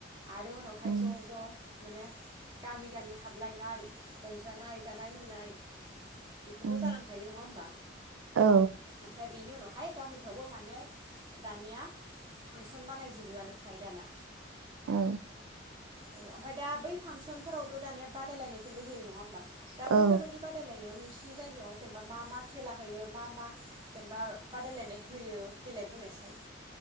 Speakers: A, on the right (about 25°); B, on the right (about 90°).
A: आरो उनावहाय
B: उम
A: ज ज माने गामि गामि हाबलायनाय रंजानाय जानाय लों नाय बेखौथ
B: उम
A: जालांखायो नङा होमबा
B: औ
A: ओमफ्राय बेनि उनाव हाय गामिफ्रावबो मानि दानिया फांसन बानायजोबो आंनो फ्राय दाना
B: औ
A: अ ओमफाय दा बै फांसनफोरावथ दानिया बादायलायनायफोरबो होयो नङा होमबा दा बैफोरबायदि
B: औ
A: बादायलायनायाव नोंसि नोंसिनि जायगायाव जेनेबा मा मा खेला होयो मा मा जेनेबा बादायलायनाय होयो देेलाय बुंनायसाय